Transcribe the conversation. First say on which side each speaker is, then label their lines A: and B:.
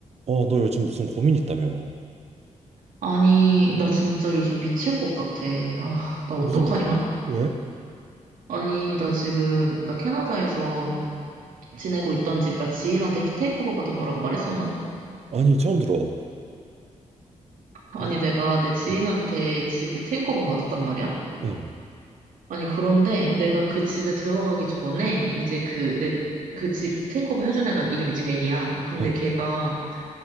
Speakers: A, on the right (about 50°); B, on the right (about 85°).
A: 어, 너 요즘 무슨 고민 있다며?
B: 아니, 나 진짜 요즘 미칠 것 같아. 아, 나 어떡하냐?
A: 무슨 일이야? 왜?
B: 아니, 나 지금, 나 캐나다에서 지내고 있던 집, 나 지인한테 테이크오버 받은 거라고 말했었나?
A: 아니, 처음 들어.
B: 아니,
A: 우-
B: 내가 내 지인한테
A: 응,
B: 집을 테이크오버 받았단 말이야?
A: 응,
B: 아니, 그런데 내가 그 집에 들어가기 전에, 이제 그, 내, 그 집 테이크오버 해준 애가 이름이 제니야. 근데
A: 응,
B: 걔가